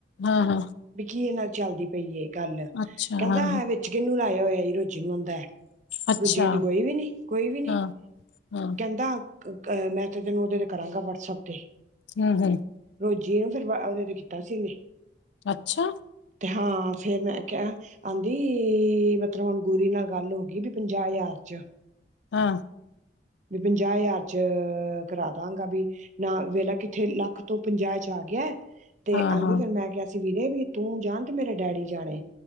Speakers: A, on the left; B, on the right.
A: ਹਾਂ, ਹਾਂ।
B: ਵੀ ਕਿਹਦੇ ਨਾਲ ਚੱਲਦੀ ਪਈ ਏ ਗੱਲ,
A: ਅੱਛਾ
B: ਕਹਿੰਦਾ
A: ਹਾਂ
B: ਵਿੱਚ ਕਿਹਨੂੰ ਲਾਇਆ ਹੋਇਆ ਜੀ ਰੋਜੀ਼ ਨੂੰ
A: ਅੱਛਾ
B: ਰੂਜੀ਼ ਕੇਂਦੀ ਕੋਈ ਵੀ ਨੀ, ਕੋਈ ਵੀ ਨੀ,
A: ਹਾਂ ਹਾਂ
B: ਕਹਿੰਦਾ ਮੈਂ ਤੇ ਤੈਨੂੰ ਉਹਦੇ ਤੇ ਕਰਾਂਗਾ, ਵਟਸਐਪ ਤੇ।
A: ਹੂੰ, ਹੂੰ।
B: ਰੋਜੀ਼ ਨੂੰ ਫੇਰ ਉਹਦੇ ਤੇ ਕੀਤਾ ਸੀ ਇਹਨੇ।
A: ਅੱਛਾ।
B: ਤੇ ਹਾਂ ਫੇਰ ਮੈਂ ਕਿਹਾ ਆਂਦੀ ਮਤਲਬ ਹੁਣ ਗੁਰੀ ਨਾਲ ਗੱਲ ਹੋ ਗਈ, ਵੀ ਪੰਜਾਹ ਹਜ਼ਾਰ ਚ
A: ਹਾਂ
B: ਵੀ ਪੰਜਾਹ ਹਜ਼ਾਰ ਚ ਕਰਾਦਾਂਗਾ ਵੀ ਨਾ ਵੇਲਾ ਕਿੱਥੇ ਲੱਖ ਤੋਂ ਪੰਜਾਹ ਚ ਆ ਗਿਆ। ਤੇ
A: ਹਾਂ
B: ਆਂਦੀ
A: ਹਾਂ
B: ਫਿਰ ਮੈਂ ਕਿਹਾ ਸੀ ਵੀਰੇ ਵੀ, ਤੂੰ ਜਾਣ ਤੇ ਮੇਰੇ ਡੈਡੀ ਜਾਣੇ।